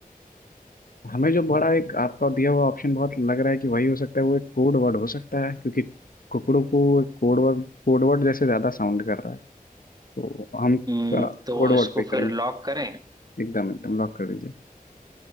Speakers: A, on the left; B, on the right.
A: हमें जो बड़ा एक आपका दिया हुआ ऑप्शन बहुत लग रहा है कि वही हो सकता है वो एक कोड वर्ड हो सकता है क्योंकि कुकड़ू को कोड वर्ड कोड वर्ड जैसे ज्यादा साउंड कर रहा है तो हम
B: हम्म,
A: कोड
B: तो
A: वर्ड
B: इसको
A: पे ही करेंगे
B: फिर लॉक करें
A: एकदम एकदम लॉक कर दीजिए